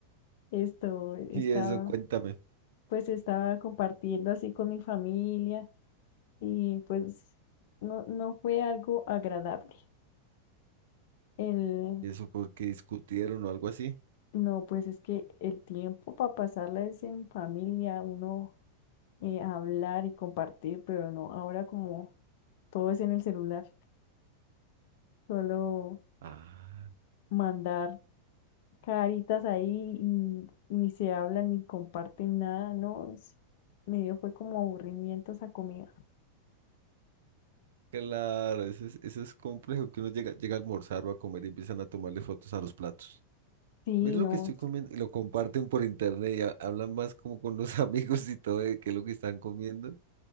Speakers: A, on the left; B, on the right.
A: esto estaba,
B: Y eso, cuéntame.
A: pues estaba compartiendo así con mi familia y pues no, no fue algo agradable. El,
B: ¿Y eso porque discutieron o algo así?
A: no, pues es que el tiempo para pasarla es en familia, uno eh, hablar y compartir, pero no, ahora como todo es en el celular. Solo
B: Ah,
A: mandar caritas ahí y ni se hablan ni comparten nada, ¿no? Es- me dio fue como aburrimiento esa comida.
B: claro, eso es, eso es complejo, que uno llega, llega a almorzar o a comer y empiezan a tomarle fotos a los platos.
A: Sí,
B: Miren
A: no.
B: lo que estoy comiendo y lo comparten por internet y ha- hablan más como con los <laughs> amigos y todo de qué es lo que están comiendo